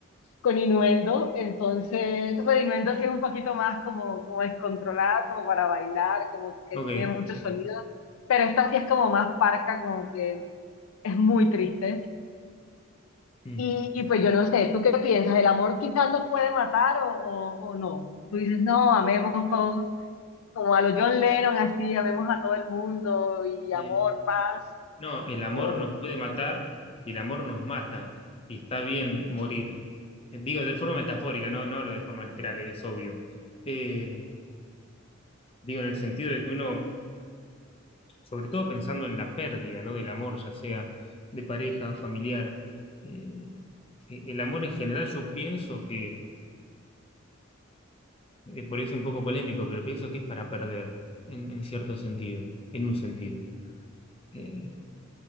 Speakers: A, on the left (about 80°); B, on the left (about 25°).
A: con Innuendo, entonces, bueno, Innuendo sí es un poquito más como, como descontrolada, como para bailar, como que
B: Ok.
A: tiene mucho sonido, pero esta sí es como más parca, como que es muy triste.
B: Mm.
A: Y, y pues yo no sé, ¿tú qué piensas? ¿El amor quizás nos puede matar o, o, o no? Tú dices, no, amemos todos, como a los John Lennon, así, amemos a todo el mundo y
B: Eh,
A: amor, paz,
B: No, el amor
A: o...
B: nos puede matar y el amor nos mata y está bien morir. Eh, Digo de forma metafórica, no, no hablo de forma literal, es obvio. Eh, digo en el sentido de que uno, sobre todo pensando en la pérdida, ¿no? del amor, ya sea de pareja, familiar, eh, eh, el amor en general yo pienso que, eh, por eso es un poco polémico, pero pienso que es para perder, en, en cierto sentido, en un sentido. Eh,